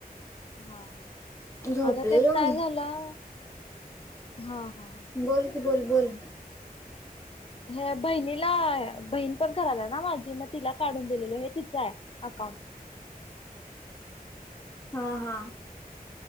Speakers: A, on the left (about 35°); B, on the left (about 20°).
A: हा
B: झोपलेलो
A: आग तेच काय
B: मी
A: झालं? हा. हा
B: बोल कि, बोल, बोल.
A: हे बहिणीला बहीण पण कराल्या ना माझी, मग तिला काढून दिलेल हे तिच हाय अकाउंट. ह <inaudible>
B: हा हा.